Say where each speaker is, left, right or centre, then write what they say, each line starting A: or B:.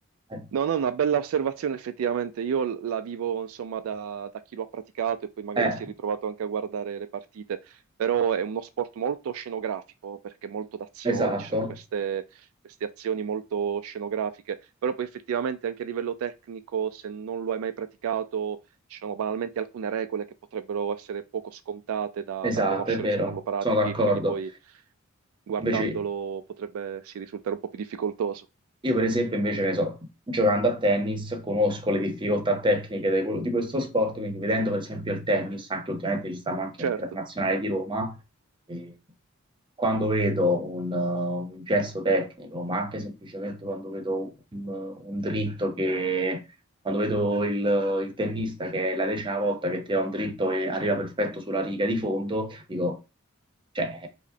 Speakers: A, on the right; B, on the right.
A: Eh,
B: No, no, è una bella osservazione effettivamente. Io l- la vivo insomma da, da chi lo ha praticato e poi magari
A: eh,
B: si è ritrovato anche a guardare le partite, però è uno sport molto scenografico perché molto d'azione,
A: esatto,
B: ci sono queste, queste azioni molto scenografiche, però poi effettivamente anche a livello tecnico, se non lo hai mai praticato, ci sono banalmente alcune regole che potrebbero essere poco scontate da,
A: esatto,
B: da conoscere
A: è vero,
B: se non lo pratichi,
A: sono d'accordo.
B: quindi poi guardandolo
A: Invece
B: potrebbe sì, risultare un po' più difficoltoso.
A: io per esempio, invece, che ne so, giocando a tennis, conosco le difficoltà tecniche di quello- di questo sport, quindi vedendo per esempio il tennis, anche ultimamente ci stanno anche
B: Certo.
A: internazionali di Roma, e quando vedo un, uh, un gesto tecnico, ma anche semplicemente quando vedo un, un dritto che Quando vedo il, il tennista che è la decima volta che tira un dritto e arriva perfetto sulla riga di fondo, dico, cioè,